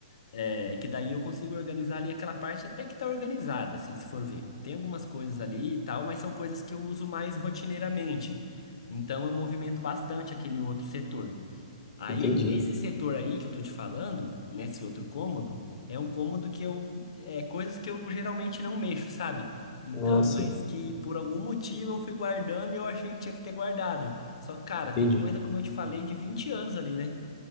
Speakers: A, on the left; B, on the left.
A: É, que daí eu consigo organizar ali aquela parte até que tá organizada, assim, se for ver. Tem algumas coisas ali e tal, mas são coisas que eu uso mais rotineiramente. Então eu movimento bastante aquele outro setor. Aí,
B: Entendi.
A: nesse setor aí que eu tô te falando, nesse outro cômodo, é um cômodo que eu, é coisas que eu geralmente não mexo, sabe? Então,
B: Ah, sim,
A: mas que por algum motivo eu fui guardando e eu achei que tinha que ter guardado. Só que, cara,
B: entendi.
A: tem coisa, como eu te falei, de 20 anos ali, né?